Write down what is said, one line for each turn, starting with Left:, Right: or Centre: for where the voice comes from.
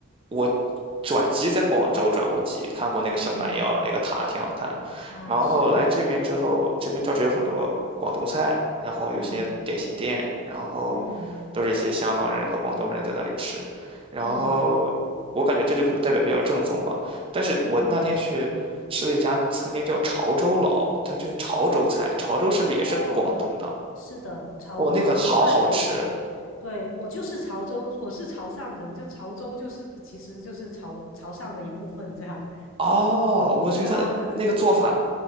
Right: 我转机在广州转过机，看过那个小蛮腰，
Left: 嗯，
Right: 那个塔挺好看的。
Left: 啊，
Right: 然后来这边之后，
Left: 是，
Right: 这边倒是有很多广东菜，然后有些点心店，
Left: 嗯
Right: 然后都是一些香港人和广东人在那里吃。
Left: 嗯
Right: 然后我感觉这就可能代表比较正宗吧。
Left: 嗯
Right: 但是我那天去吃了一家餐厅叫潮州佬，
Left: 嗯。嗯
Right: 它就是潮州菜，潮州是不是也是广东的？
Left: 哦，是的，潮潮州菜也是广，
Right: 哦，那个好好吃。
Left: 对，我就是潮州，我是潮汕人，就潮州就是其实就是潮潮汕的一部分这样。
Right: 哦，我觉得那个做法
Left: 对啊，<laughs>